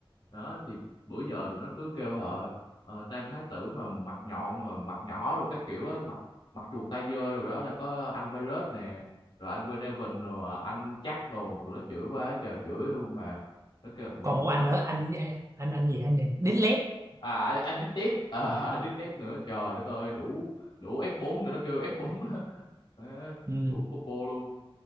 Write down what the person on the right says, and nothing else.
còn một
anh
nữa anh ờ, anh anh gì anh này Đít Lép
ừ,